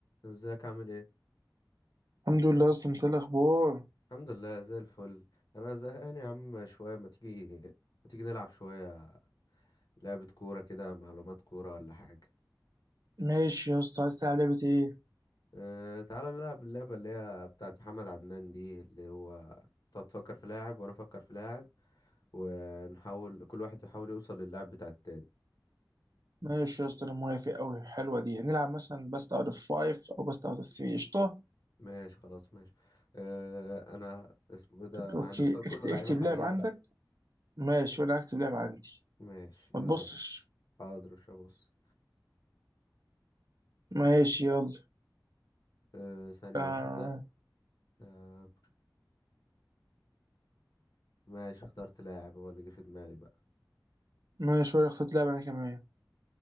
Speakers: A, on the left (about 60°); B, on the right (about 55°).
A: ازيك عامل ايه
B: الحمد لله اصلا انت إيه الاخبار
A: الحمد لله زي الفل انا زهقان يا عم شويه ما تيجي ما تيجي نلعب شويه لعبه كوره كده معلومات كوره ولا حاجه
B: ماشي يا اسطى عايز تلعب لعبه ايه
A: أه تعالى نلعب اللعبه اللي هي بتاعت محمد عدنان دي اللي هو تقعد تفكر في لاعب وانا افكر في لاعب ونحاول كل واحد يحاول يوصل للاعب بتاع التاني
B: ماشي يا اسطى انا موافق قوي حلوه دي نلعب مثلا بست اوت اوف 5 او بست اوت اوف 3 قشطه
A: ماشي خلاص ماشي أه انا اسمه ايه ده
B: طب اوكي
A: هنختار كله
B: اكت- اكتب
A: لعيبه حاليين
B: لعب عندك
A: بقى
B: ماشي وانا اكتب لعب عندي
A: ماشي
B: ما تبصش
A: يلا بينا. حاضر مش هبص
B: ماشي يلا
A: أه ثانيه
B: آه
A: واحده أه ماشي اخترت لاعب هو اللي جه في دماغي بقى
B: ماشي وانا اخترت لعب انا كمان